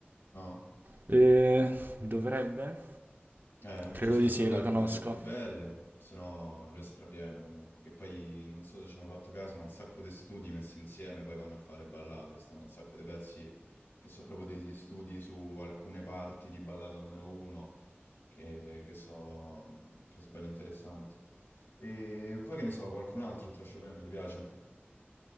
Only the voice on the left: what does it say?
No?
Eh,
c'è sta
quella
là
che
è una delle più belle, se no lui è strapieno comunque, che poi non so se ci hanno fatto caso, ma un sacco di studi messi insieme poi vanno a fare ballate, stanno un sacco di pezzi che sono proprio degli studi su alcune parti di ballata numero uno, che, che so, che so belli interessanti. E poi che ne so, qualcun altro oltre a Chopin ti piace?